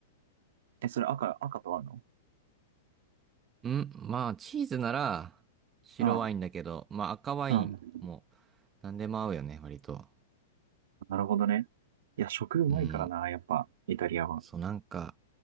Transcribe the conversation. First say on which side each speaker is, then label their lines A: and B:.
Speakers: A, on the right (about 60°); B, on the right (about 15°).
A: え、それ赤、赤とあんの
B: んまあ、チーズなら白ワインだけど、
A: うん。
B: まあ赤ワインも
A: うん。
B: 何でも合うよね、割と。
A: なるほどね。いや、食うまいからな、
B: うん。
A: やっぱ、イタリアは。
B: そう、なんか、